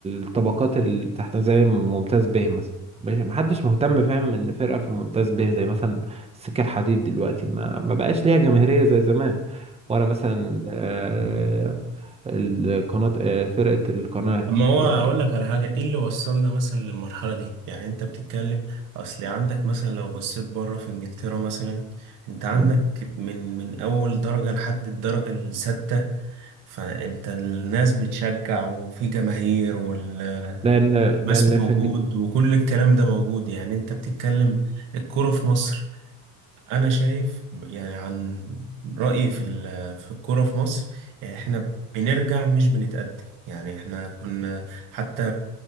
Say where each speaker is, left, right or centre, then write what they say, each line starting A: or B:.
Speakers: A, on the right (about 15°); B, on the right (about 60°).
A: الطبقات اللي تحت زي ممتاز به مثلا مش- محدش مهتم فاهم ان فرقة في ممتاز به زي مثلا السكة الحديد دلوقتي ما, ما بقاش ليها جماهيرية زي زمان ولا مثلا آه، القناة آه، فرقة القناة
B: طب ما هو
A: ال-
B: هقول لك على حاجة ايه اللي وصلنا مثلا للمرحلة دي يعني انت بتتكلم اصل عندك مثلا لو بصيت بره في انجلترا مثلا انت عندك
A: مم.
B: من من اول درجة لحد الدرجة السادسة فانت الناس بتشجع وفي جماهير والماس
A: لأن لأن
B: موجود
A: في إنجلترا
B: وكل الكلام ده موجود يعني انت بتتكلم الكرة في مصر انا شايف يعني عن رايي في ال- في الكوره في مصر يعني احنا بنرجع مش بنتقدم يعني احنا كنا حتى